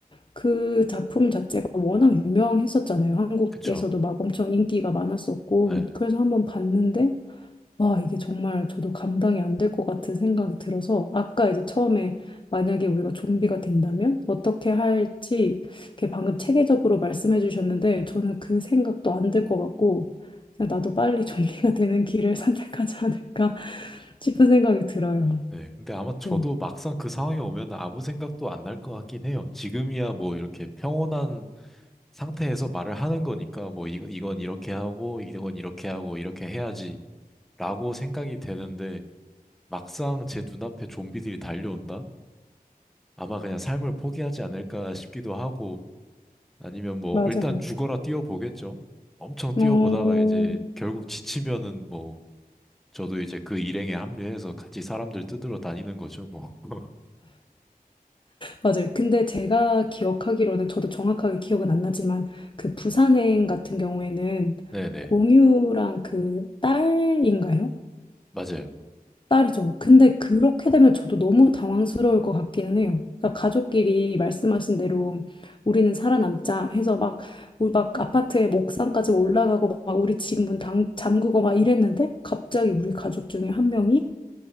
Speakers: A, on the left; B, in the centre.
A: 그 작품 자체가 워낙 유명했었잖아요. 한국에서도
B: 그쵸.
A: 막 엄청 인기가 많았었고,
B: 네,
A: 그래서 한번 봤는데, 와, 이게 정말 저도 감당이 안 될 것 같은 생각이 들어서, 아까 이제 처음에 만약에 우리가 좀비가 된다면 어떻게 할지, 이렇게 방금 체계적으로 말씀해 주셨는데, 저는 그 생각도 안 될 것 같고, 그냥 나도 빨리 <laughs> 좀비가 되는 길을 선택하지 않을까 <laughs> 싶은 생각이 들어요.
B: 네. 근데 아마 저도
A: 네,
B: 막상 그 상황에 오면 아무 생각도 안 날 것 같긴 해요. 지금이야 뭐 이렇게 평온한 상태에서 말을 하는 거니까 뭐 이 이건 이렇게 하고, 이건 이렇게 하고, 이렇게 해야지 라고 생각이 되는데 막상 제 눈앞에 좀비들이 달려온다? 아마 그냥 삶을 포기하지 않을까 싶기도 하고, 아니면 뭐
A: 맞아요.
B: 일단 죽어라 뛰어보겠죠. 엄청 뛰어보다가
A: 어,
B: 이제 결국 지치면은 뭐 저도 이제 그 일행에 합류해서 같이 사람들 뜯으러 다니는 거죠, 뭐. <laughs>
A: 맞아요. 근데 제가 기억하기로는 저도 정확하게 기억은 안 나지만 그 부산행 같은 경우에는
B: 네네.
A: 공유랑 그 딸인가요?
B: 맞아요.
A: 딸이죠. 근데 그렇게 되면 저도 너무 당황스러울 것 같기는 해요. 그러니까 가족끼리 말씀하신 대로 우리는 살아남자 해서 막, 우리 막 아파트의 목상까지 올라가고 막 우리 집 문 당- 잠그고 막 이랬는데 갑자기 우리 가족 중에 한 명이